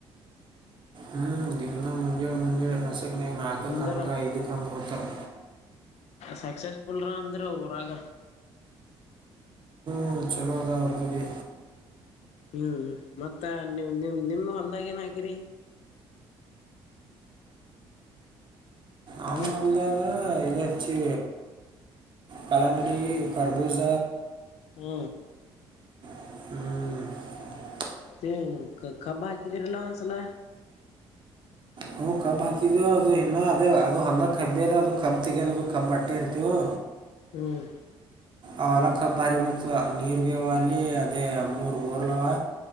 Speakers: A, on the right; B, on the left.
A: ಹ್ಮ್ ದಿಂದದ ಮಂಜಳ ಮಂಜಿಳ ೆಕ್ನ ನಾಲ್ು
B: ಅಂದ್ರ
A: ಕಂಗಗೆ ಐದು ಕಂಗ ಹತಾರೆ
B: ಸಕ್ಸಸ್ಫುಲ್ರ ಅಂದ್ರೆ ಊರಾಗ
A: ಹ ಚಲೋದ ಅವರ್ದುಗೆ
B: ಹ್ಮ್ ಮತ್ತ ನಿ್ ನಿಮ ನಿಮ್ ಹೊಲ್ದಾಗ ಏನ್ ಹಾಕಿರಿ
A: ಆಮ
B: ಹ
A: ಇಲ್ಲಾಗ ಇದಾಚು ಕಲಂಗಡಿ ಕರಬೂಜ
B: ಹ
A: ಹ್ಮ್
B: ಹ ಕಬಾಕಿದರಲ್ಲನ್ಸಲ
A: ಹ್ ಕಬ್ ಹಾಕಿದವು ಅದು ಇನ್ನ ಅದೇ ಅದು ಹೊಲ್ದ ಕಬ್ಬಿ ಅದ ಅದು ಕಬ್ ತಗಲ್ಲ ಅದು ಕಬ್ ಬಟ್ಟೆ ಇರ್ತಿವು
B: ಹ್ಮ್
A: ಅವ ಒಲಕ್ಕ ಬಾರಿ ಬತ ನೀರ್ ಬಿ ಇವಿ ಅದೇ ಮೂರು ಬೋರ್ಲವಾ